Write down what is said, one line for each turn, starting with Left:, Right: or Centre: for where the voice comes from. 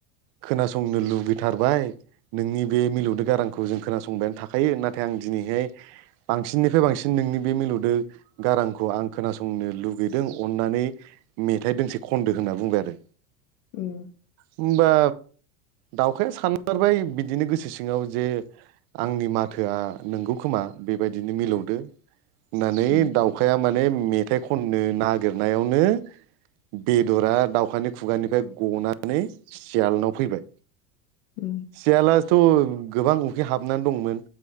Right: खोनासंनो लुबैथारबाय नोंनि बे मिलौदो गारांखौ जों खोनासंबायानो थाखायो नाथाय आं दिनैहाय बांसिननिफाय बांसिन नोंनि बे मिलौदो गारांखौ आं खोनासंनो लुगैदों अननानै मेथाइ दोंसे खन्दो होनना बुंबाय आरो।
Left: उम
Right: होमबा दाउखाया सानमारबाय बिदिनो गोसो सिङाव जे आंनि माथोआ नोंगौ खोमा बेबायदिनो मिलौदो नानै
Left: उम
Right: दाउखाया माने मेथाइ खननो नागिरनायाव नो बेदरा दाउखानि खुगानिफ्राय गनानै सियालनाव फैबाय
Left: उम
Right: सियालाथ' गोबां उखै हाबनान दंमोन